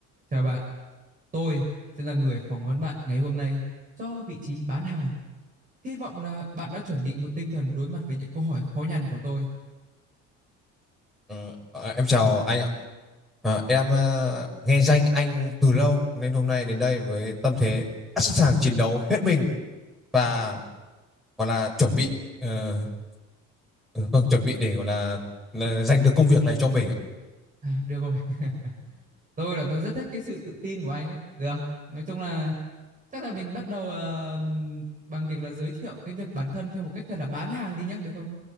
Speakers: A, on the right (about 25°); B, in the centre.
A: Chào bạn, tôi sẽ là người phỏng vấn bạn ngày hôm nay cho vị trí bán hàng. Hy vọng là bạn đã chuẩn bị một tinh thần đối mặt với những câu hỏi khó nhằn của tôi.
B: Ờ, à, em chào anh ạ. Ờ, em ờ, nghe danh anh từ lâu nên hôm nay đến đây với tâm thế đã sẵn sàng chiến đấu hết mình và gọi là chuẩn bị ờ, ừ, vâng chuẩn bị để gọi là, là giành được công việc này cho mình ạ.
A: À, được rồi, <laughs> tôi là tôi rất thích cái sự tự tin của anh ấy. Được, nói chung là chắc là mình bắt đầu ờ, bằng việc là giới thiệu cái việc bản thân theo một cách thật là bán hàng đi nhé, được không?